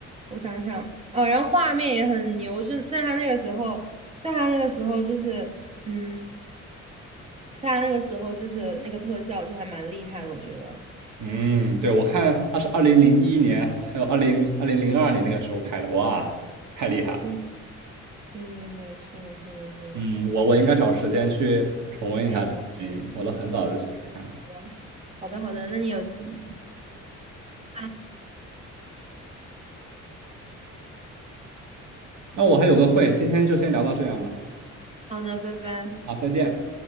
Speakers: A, on the right (about 20°); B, on the right (about 75°).
A: 我想想，啊，然后画面也很牛，就在他那个时候，在他那个时候就是，嗯，在他那个时候就是那个特效就还蛮厉害的，我觉得。
B: 嗯，对，我看它是二零零一年还有二零二零零二年那个时候拍的，哇，太厉害了。
A: 对，对，对，对，是的，是的，是的，
B: 嗯，我我应该找时间去重温一下这个电影，
A: 可以的，
B: 我都很早就想看了。
A: 嗯，好的，好的，那你有机会啊，
B: 那我还有个会，今天就先聊到这样吧。
A: 好的，拜拜。
B: 好，再见。